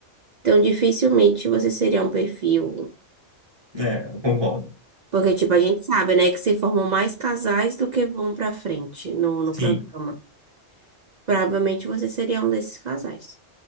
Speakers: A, on the right; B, on the right.
A: Então, dificilmente você seria um perfil.
B: É, eu concordo.
A: Porque, tipo, a gente sabe, né, que se formam mais casais do que vão pra frente no, no
B: Sim.
A: programa. Provavelmente você seria um desses casais.